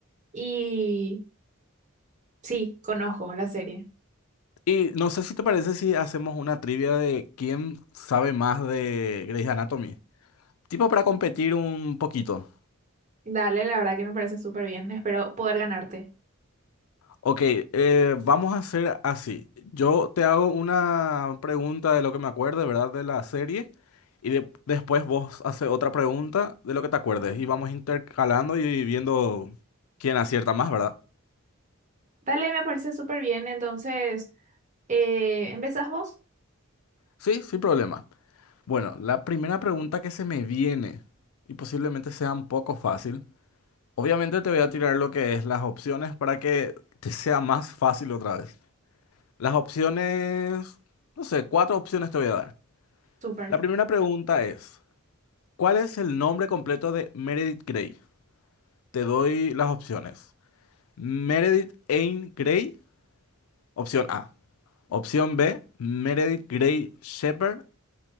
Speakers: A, on the right; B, on the left.
A: y sí, conozco la serie.
B: Y no sé si te parece si hacemos una trivia de quién sabe más de Grey's Anatomy. Tipo para competir un poquito.
A: Dale, la verdad que me parece súper bien, espero poder ganarte.
B: Ok, eh, vamos a hacer así. Yo te hago una pregunta de lo que me acuerde, ¿verdad? De la serie. Y de- después vos haces otra pregunta de lo que te acuerdes. Y vamos intercalando y viendo quién acierta más, ¿verdad?
A: Dale, me parece súper bien, entonces, eh, ¿empezás vos?
B: Sí, sin problema. Bueno, la primera pregunta que se me viene, y posiblemente sea un poco fácil. Obviamente te voy a tirar lo que es las opciones para que te sea más fácil otra vez. Las opciones, no sé, cuatro opciones te voy a dar.
A: Súper.
B: La primera pregunta es... ¿Cuál es el nombre completo de Meredith Grey? Te doy las opciones. Meredith Anne Grey, opción A. Opción B, Meredith Grey Shepherd.